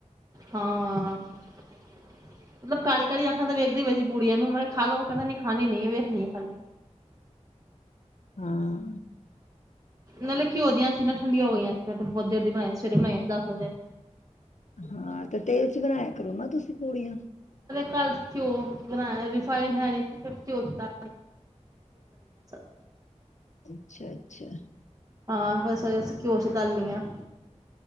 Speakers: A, on the right; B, on the left.
A: ਹਾਂ ਮਤਲਬ ਕਾਰੀ, ਕਾਰੀ ਆਖਣਾ ਤਾਂ ਵੇਖਦੇ ਪੈ ਸੀ ਪੂੜੀਆਂ ਨੂੰ ਮਤਬ ਖਾ ਲੋਓ ਕਹਿੰਦਾ ਨੀ ਹਾਣੀ ਨਹੀਂ ਵੇਖਣੀ ਹੈ ਖਾਲੀ
B: ਹਾਂ।
A: ਨਾਲੇ ਘਿਉ ਦੀਆਂ ਸੀ ਨਾ ਠੰਡੀਆਂ ਹੋ ਗਈਆਂ ਸੀ। ਉਧਨ ਦੀ ਬਣਾਈ ਸਵੇਰੇ ਬਣਾਈ ਸੀ ਦਸ ਵਜੇ।
B: ਹਾਂ ਤੇ ਤੇਲ ਚ ਬਣਾਇਆ ਕਰੋ ਨਾ ਤੁਸੀਂ ਪੂੜੀਆਂ।
A: ਕਲ ਘਿਓ ਬਣਾਇਆ ਰੇਫਿਨਿੰਡ ਹੈ ਨਹੀਂ ਸੀ ਫਿਰ ਘਿਓ ਚ <unintelligible>
B: ਅੱਛਾ, ਅੱਛਾ।
A: ਹਾਂ, ਬਸ ਅਸੀਂ ਘਿਓ ਸੀ ਤਲ ਲਈਆਂ।